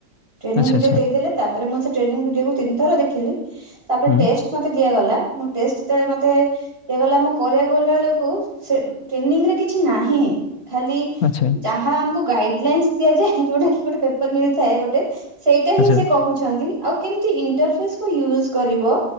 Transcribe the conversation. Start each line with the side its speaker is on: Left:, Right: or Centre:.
Right: ଟ୍ରେନିଂ
Left: ଆଚ୍ଛା,
Right: ଭିଡିଓ
Left: ଆଚ୍ଛା।
Right: ଦେଇଦେଲେ ତାପରେ ତାପରେ ମୁଁ ସେ ଟ୍ରେନଙ୍ଗ ଭିଡିକୁ ତିନିଥର ଦେଖିଲି ତାପରେ
Left: ହୁଁ,
Right: ଟେଷ୍ଟ ମତେ ଦିଆଗଲା ମୁ ଟେଷ୍ଟ ଯେତେବେଳେ ମତେ ଦିଆଗଲା ଆମକୁ କରିବାକୁ ଗଲା ବେଳକୁ ସେ ଟ୍ରେନିଂରେ କିଛି ନାହିଁ ଖାଲି
Left: ଆଚ୍ଛା,
Right: ଯାହା ଆମକୁ ଗାଇଡ ଲାଇନସ ଦିଆଯାଏ ଯୋଉଟା କି ଗୋଟେ ପେପର ମିଳିଥାଏ ଗୋଟେ ସେଇଟା ହିଁ
Left: ଆଚ୍ଛା।
Right: ସେ କହୁଛନ୍ତି ଆଉ କେମତି ଇଣ୍ଟରଫେସ କୁ ୟୁଜ କରିବ